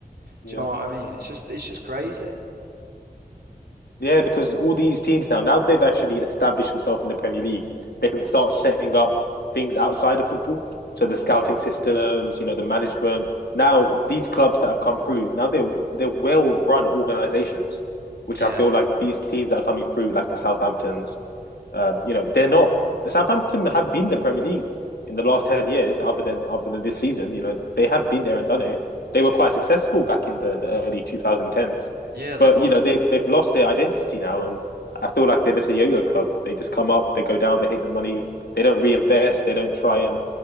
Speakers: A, on the left (about 85°); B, on the right (about 90°).
A: Yep.
B: Do you know what I mean? It's just it's just crazy.
A: Yeah, because all these teams now, now they've actually established themselves in the Premier League, they can start setting up things outside of football. So the scouting systems, you know, the management. Now these clubs that have come through, now they're they're well run organizations, which
B: Yeah.
A: I feel like these teams that are coming through, like the Southamptons, Um, you know, they're not Southampton have been the Premier League in the last ten years, other than other than this season. You know, they have been there and done it. They were quite successful back in the, the early 2010s,
B: Yeah, they
A: but
B: were.
A: you know they they've lost their identity now, and I feel like they're just a yo-yo club. They just come up, they go down, they hit the money, they don't reinvest, they don't try and